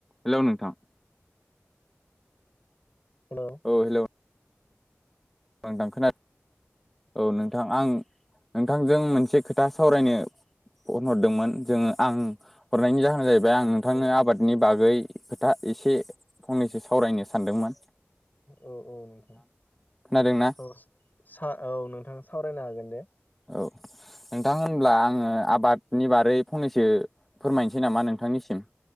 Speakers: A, in the centre; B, on the left.
A: Hello नोंथां।
B: Hello
A: औ hello. औ ओनथां खोना औ नोंथां आं नोंथांजों मोनसे खोथा सावरायनो फनहरदोंमोन जोङो आं हरनायनि जाहोना जाहैब बे आं नोंथांनो
B: औ
A: आबादनि बागै खोथा एसे फंनैसो सावरायनो सानदोंमोन।
B: औ औ नोंथां।
A: खोनादोंना
B: औ सो सा औ नोंथां सावरायनो हागोन दे।
A: औ नोंथां होनब्ला आङो आबादनि बारै फंनैसो फोरमायनसै नामा नोंथांनिसिम